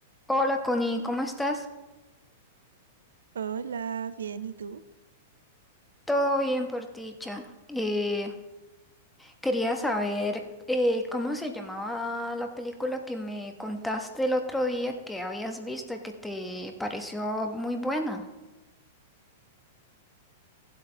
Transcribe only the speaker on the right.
Hola, bien, ¿y tú?